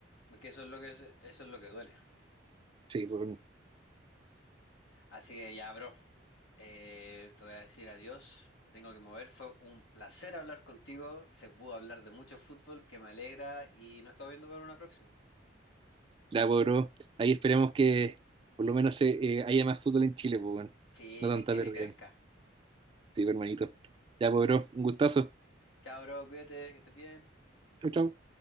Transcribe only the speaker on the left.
porque eso es lo que, es- eso es lo que duele.
Así que ya, bro, eh, te voy a decir adiós, me tengo que mover, fue un placer hablar contigo, se pudo hablar de mucho fútbol, que me alegra y nos estamos viendo para una próxima.
Sí,
que Chile
crezca.
Chao, bro, cuídate, que estés bien.